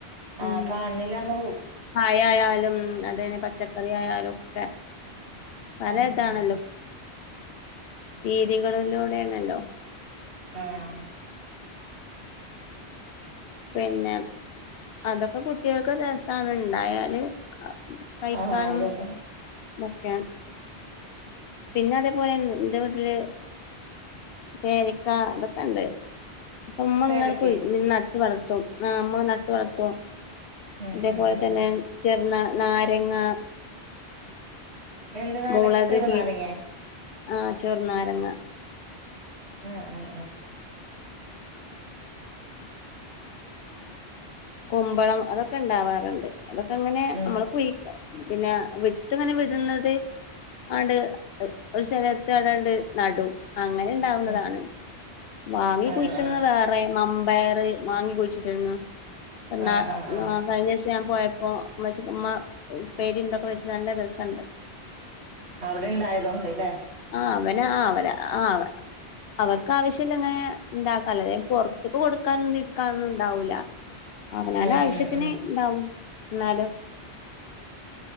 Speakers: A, on the left; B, on the right.
A: ഉം
B: ആഹ് കാണില്ലാന്നുള്ളൂ
A: പഴായാലും അതെന്നെ പച്ചക്കറിയായാലും ഒക്കെ പല
B: ഉം
A: ഇതാണല്ലോ
B: ഉം
A: രീതികളിലൂടെയാണല്ലോ
B: ആഹ്
A: പിന്നെ അതൊക്കെ കുട്ടികൾക്കും രസാണ്ഇണ്ടായാല് കഴിക്കാനും
B: ആഹ് അതന്നെ
A: ഒക്കെ പിന്നെ അതേപോലെ ന്റെ വീട്ടില് പേരക്ക അതൊക്കെണ്ട് മ്മങ്ങനെ
B: പേരക്കെ
A: പോയി നട്ട് വളർത്തും അ മ്മ നട്ട് വളർത്തും
B: ഉം
A: അതേപോലെ
B: ഉം ഉം
A: തന്നെ ചെറുനാരങ്ങ
B: എന്ത് നാര
A: മുളക്
B: ചെറുനാരങ്ങേ
A: ചീ ആഹ് ചെറുനാരങ്ങ
B: ആഹ്‌ ആഹ്‌
A: കുമ്പളം അതൊക്കെണ്ടാവാറുണ്ട് അതൊക്കെ അങ്ങനെ
B: ഉം
A: നമ്മള് കുഴി പിന്നെ വിത്ത് അങ്ങനെ വിടുന്നത് ആണ്ട് ഒരു സ്ഥലത്ത് എവിടാണ്ട് നടും അങ്ങനെ ണ്ടാവുന്നതാണ്
B: ഉം
A: വാങ്ങി
B: അതെ
A: കുഴിക്കുന്നത്
B: ആഹ്
A: വേറെ മമ്പയർ വാങ്ങി കുഴിച്ചിട്ടിരുന്നു <unintelligible>
B: ആഹ് ആഹ് ആഹ്
A: കഴിഞ്ഞദിവസം ഞാൻ പോയപ്പോ ഉമ്മച്ചി ഉമ്മ പ്പേരിന്തൊക്കെ വെച്ച് നല്ല രസണ്ട്
B: അവിടെണ്ടായതുകൊണ്ട്ലെ
A: ആഹ് അവന ആഹ് അവന ആഹ് അവന അവർക്ക് ആവശ്യല്ലങ്ങനെ ഉണ്ടാക്കല്ല അതായത് പുറത്തക്ക് കൊടുക്കാനും വിക്കാനൊന്നും ഉണ്ടാവുല അവനാന്റെ
B: ഉം
A: ആവശ്യത്തിന്
B: ഉം ഉം
A: ഇണ്ടാവും എന്നാലും